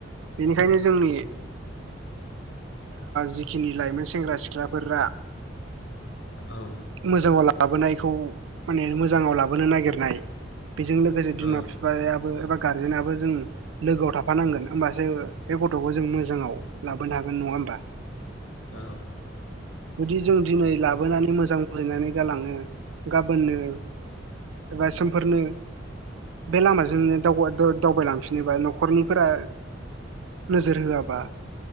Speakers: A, on the right; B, on the left.
A: बेनिखायनो जोंनि जिखिनि लाइमोन सेंग्रा सिख्लाफोरा
B: औ
A: मोजाङाव लाबोनायखौ माने मोजाङाव लाबोनो नागिरनाय बेजों लोगोसे बिमा
B: औ
A: -बिफा बिफायाबो एबा गारजेनाबो जों लोगोआव थाफानांगोन होमबासो बे गथ'खौ जों मोजाङाव लाबोनो हागोन नङा होमबा।
B: औ
A: जुदि जों दिनै लाबोनानै मोजां बुजायनानै गालाङो गाबोननो एबा समफोरनो बे लामाजोंनो दावबायलांफिनोबा न'खरनिफोरा नोजोर होआबा